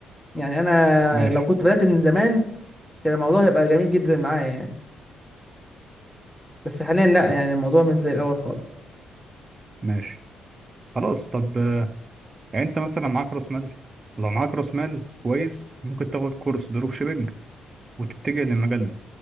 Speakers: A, in the centre; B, on the right.
A: يعني انا
B: ماشي
A: لو كنت بدات من زمان كان الموضوع هيبقى جميل جدا معايا يعني بس حاليا لا يعني الموضوع مش زي الاول خالص
B: ماشي خلاص طب آه، يعني أنت مثلا معاك رأس مال لو معاك رأس مال كويس ممكن تاخد كورس دروب شيبينج وتتجه للمجال ده